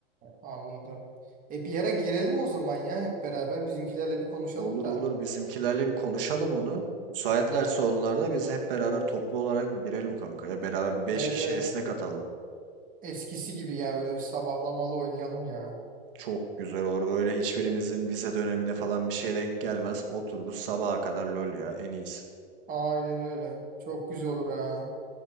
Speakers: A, on the right (about 25°); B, on the right (about 60°).
A: anladım. E bir ara girelim o zaman ya hep beraber bizimkilerle bir konuşalım
B: Olur
A: da.
B: olur bizimkilerle bir konuşalım onu. Müsaitlerse onlarda biz hep beraber toplu olarak bir girelim kanka ya. Beraber beş
A: Evet
B: kişi
A: evet
B: esnek atalım.
A: eskisi gibi ya böyle bir sabahlamalı oynayalım ya.
B: Çok güzel olur. Böyle hiçbirimizin vize dönemine falan bir şeye denk gelmez. Otururuz sabaha kadar lol ya en iyisi.
A: Aynen öyle. Çok güzel olur ha.